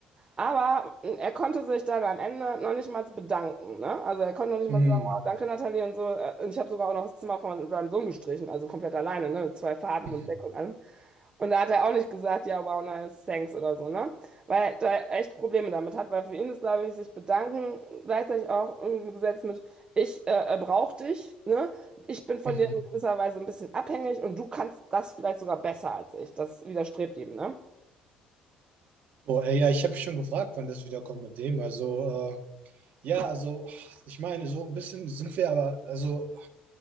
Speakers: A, on the right; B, on the right.
A: Aber äh, er konnte sich dann am Ende noch nicht mal bedanken, ne? Also er konnte noch nicht
B: Mhm,
A: mal sagen, wow, danke Nathalie und so. Äh, Und ich habe sogar auch noch das Zimmer von seinem Sohn gestrichen, also komplett alleine, ne? Mit zwei Farben
B: mhm,
A: und Deck und allem. Und da hat er auch nicht gesagt, ja, wow, nice, thanks oder so, ne? Weil er echt Probleme damit hat, weil für ihn ist, glaube ich, sich bedanken gleichzeitig auch umgesetzt mit, ich äh, äh, brauch dich, ne? Ich bin von
B: mhm.
A: dir in gewisser Weise ein bisschen abhängig und du kannst das vielleicht sogar besser als ich. Das widerstrebt ihm, ne?
B: Boah, ey, ja, ich habe mich schon gefragt, wann das wiederkommt mit dem. Also, äh, ja, also, ich meine, so ein bisschen sind wir aber, also